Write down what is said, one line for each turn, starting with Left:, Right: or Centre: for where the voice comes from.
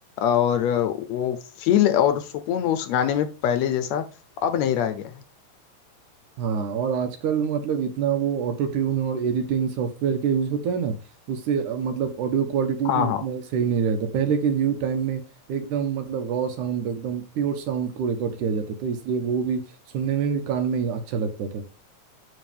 Left: और वो फील और सुकून उस गाने में पहले जैसा अब नहीं रह गया है
Right: हाँ और आजकल मतलब इतना वो ऑटो ट्यून और एडिटिंग सॉफ्टवेयर के यूज होता है ना उससे अ, मतलब ऑडियो क्वालिटी
Left: हाँ
Right: भी उतना
Left: हाँ
Right: सही नहीं रहता पहले के व्यू टाइम में एकदम मतलब रॉ साउंड एकदम प्योर साउंड को रिकॉर्ड किया जाता था इसलिए वो भी सुनने में भी कान में ही अच्छा लगता था